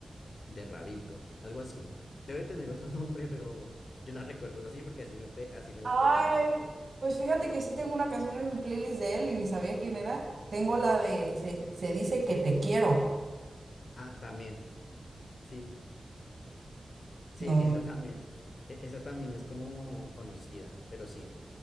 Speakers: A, on the left; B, on the right.
A: de Rabito, algo así. Debe tener otro <laughs> nombre, pero yo la recuerdo así porque así me, pe- así me
B: Ay,
A: la pedía mi abuela.
B: pues fíjate que sí tengo una canción en mi playlist de él y ni sabía quién era. Tengo la de Se, se dice que te quiero.
A: Ah, también. Sí, Sí,
B: No.
A: esa también, e- esa también es como conocida, pero sí.